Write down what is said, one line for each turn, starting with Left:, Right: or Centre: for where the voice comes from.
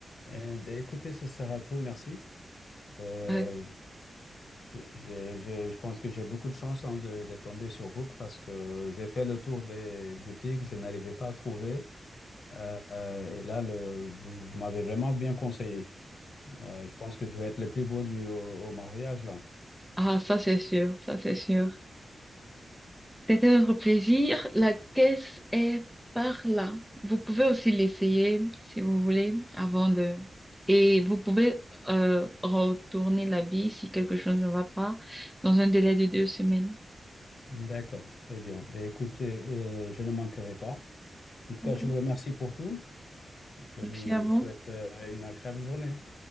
Left: Eh ben, écoutez, ce sera tout, merci. Euh,
Centre: Euh,
Left: je, j'ai- j'ai- je pense que j'ai beaucoup de chance hein, de, de tomber sur vous parce que j'ai fait le tour des boutiques, je n'arrivais pas à trouver. Euh, et là, le- vous, vous m'avez vraiment bien conseillé. Euh, je pense que je vais être le plus beau du, au, au mariage, là.
Centre: ah, ça c'est sûr, ça c'est sûr. C'était notre plaisir. La caisse est par là. Vous pouvez aussi l'essayer si vous voulez avant de... Et vous pouvez euh, retourner la bille si quelque chose ne va pas dans un délai de deux semaines.
Left: D'accord, très bien. Ben, écoutez, euh, je ne manquerai pas. En tout cas,
Centre: D'accord
Left: je vous remercie pour tout. Je
Centre: Merci
Left: vous
Centre: à vous.
Left: souhaite euh, une agréable journée.